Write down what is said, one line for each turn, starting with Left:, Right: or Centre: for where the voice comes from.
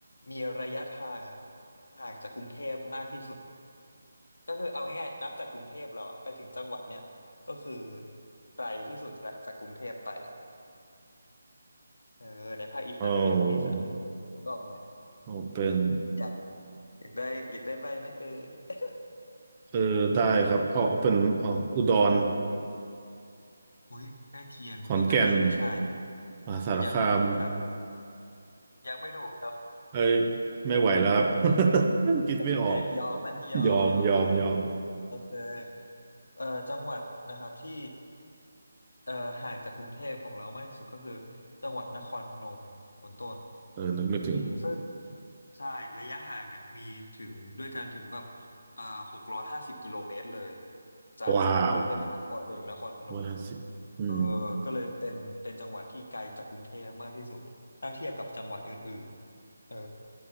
Left: มีระยะทางอ่ะห่างจากกรุงเทพมากที่สุด ก็คือเอาง่ายๆนับจากกรุงเทพเราอะไปถึงจังหวัดเนี่ยก็คือไกลที่สุดละจากกรุงเทพไปเออในภาคอีสานในภาคอีสาน
Right: เอา
Left: นึกออกไหม
Right: เอาเป็น
Left: อยากอยากได้อยากได้ใบไหมเอ่ย <laughs>
Right: เออได้ครับเอาเอาเป็นเอาอุดร
Left: อุ้ยใกล้เคียงคุณต้นแต่ก็ยังไม่ใช่
Right: ขอนแก่นมหาสารคาม
Left: ยังไม่ถูกครับยังไม่ถูกครับ
Right: เอ้ยไม่ไหวแล้วครับ <laughs> คิดไม่ออก
Left: โอเคยอมไหมยอมยอมไหม
Right: ยอมยอมยอม
Left: โอเคเอ่อจังหวัดนะครับที่เอ่อห่างจากกรุงเทพของเรามากที่สุดก็คือจังหวัดนครพนมคุณต้น
Right: เออนึกไม่ถึง
Left: อืมซึ่งใช่ระยะห่างเนี่ยมีถึงด้วยกันถึงแบบอ่าหกร้อยห้าสิบกิโลเมตรเลยจากกรุงเทพมหานครถึงนครพนมอ่ะ
Right: ว้าววันะสิบอืม
Left: เออก็เลยเป็นเป็นจังหวัดที่ไกลจากกรุงเทพมากที่สุดถ้าเทียบกับจังหวัดอื่นๆเออ